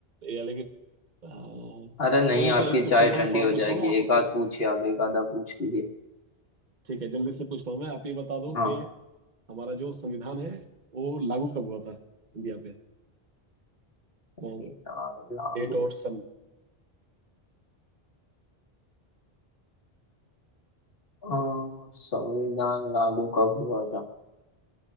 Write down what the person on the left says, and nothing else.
<laughs> अरे नहीं
आपकी
चाय
ठंडी
हो
जाएगी
एक
आध पूछिए आप एक आधा पूछ लीजिए
हाँ
मीना लागो
अ, संविधान लागू कब हुआ था